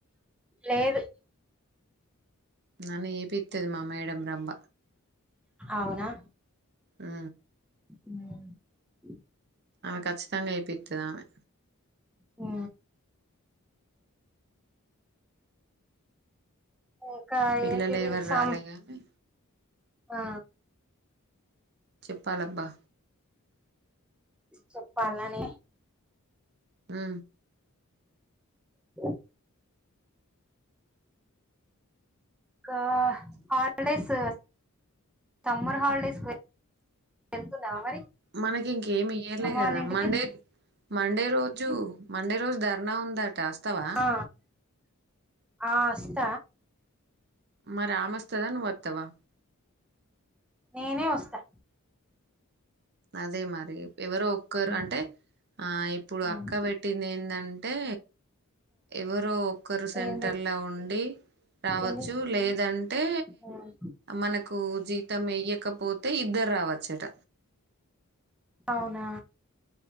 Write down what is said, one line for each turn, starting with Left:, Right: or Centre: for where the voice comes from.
Centre: లేదు
Right: నన్న ఏపిస్తది మా మేడం రంబ
Centre: అవునా
Right: ఆ
Centre: హ
Right: ఆ కచ్చితంగా చేపిస్తదా ఆమె
Centre: హ ఇంకా
Right: పిల్లలు
Centre: ఏంటిది
Right: ఎవరు
Centre: సా
Right: రాలే గాని
Centre: ఆ
Right: చెప్పాలబ్బా
Centre: చెప్పాలనే
Right: ఆ
Centre: <inaudible> ఇంకా హాలిడేస్ సమ్మర్ హాలిడేస్ వెళ్తున్నా మరి
Right: మనకి ఇంకేమి ఇయ్యలే
Centre: అమ్మ
Right: కదా
Centre: వాళ్ళ ఇంటికి
Right: మండే మండే రోజు రోజు మండే రోజు ధర్నా ఉందట అస్తావా
Centre: ఆ ఆ అస్త
Right: మరి అమస్ స్తదా నువ్వు వత్తవా
Centre: నేనే వస్తా
Right: అదే మరి ఎవరో ఒక్కరు
Centre: ఉమ్,
Right: అంటే ఆ ఇప్పుడు
Centre: ఉమ్,
Right: అక్క పెట్టింది ఎందంటే. ఎవరు ఒక్కరు సెంటర్లా
Centre: ఏం
Right: ఉండి
Centre: పెట్టింది
Right: రావచ్చు లేదంటే
Centre: ఉమ్,
Right: మనకు జీతం వెేయ్యకపోతే ఇద్దరు రావచ్చట.
Centre: అవునా